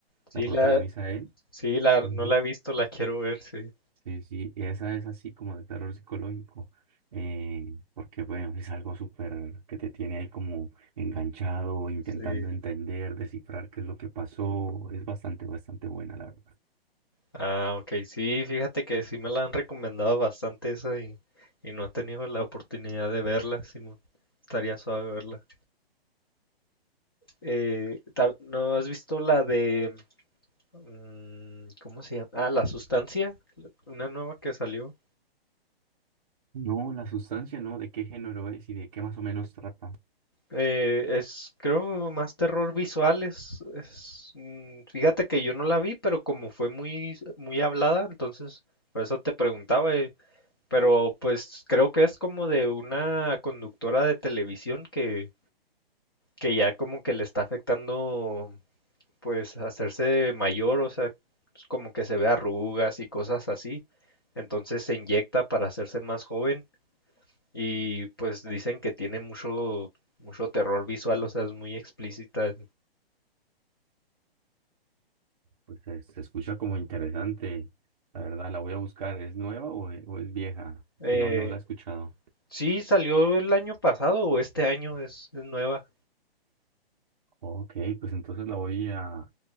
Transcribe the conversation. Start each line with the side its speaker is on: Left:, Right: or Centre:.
Left: sí
Right: la protagoniza
Left: la,
Right: él.
Left: sí la,
Right: Ujú.
Left: no la he visto, la quiero ver, sí,
Right: Sí, sí, y esa es así como de terror psicológico, eh, porque bueno, es algo súper que te tiene ahí como enganchado, intentando
Left: sí.
Right: entender, descifrar qué es lo que pasó, es bastante, bastante buena, la verdad.
Left: Ah, ok, sí, fíjate que sí me la han recomendado bastante esa y, y no he tenido la oportunidad de verla, Simón. Estaría suave verla. Eh, ta- ¿no has visto la de, mm, ¿cómo se llama? Ah, La Sustancia, una nueva que salió.
Right: No, la sustancia, ¿no? ¿De qué género es y de qué más o menos trata?
Left: Eh, es, creo, más terror visual. Es, es, mm, fíjate que yo no la vi, pero como fue muy, muy hablada, entonces por eso te preguntaba. eh, pero pues creo que es como de una conductora de televisión que, que ya como que le está afectando, pues, hacerse mayor, o sea, pues, como que se ve arrugas y cosas así. Entonces se inyecta para hacerse más joven y pues dicen que tiene mucho, mucho terror visual, o sea, es muy explícita.
Right: Pues se, se escucha como interesante, la verdad, la voy a buscar, ¿es nueva o, e- o es vieja?
Left: Eh,
Right: Que no, no la he escuchado.
Left: sí, salió el año pasado o este año, es, es nueva.
Right: Ok, pues entonces la voy a,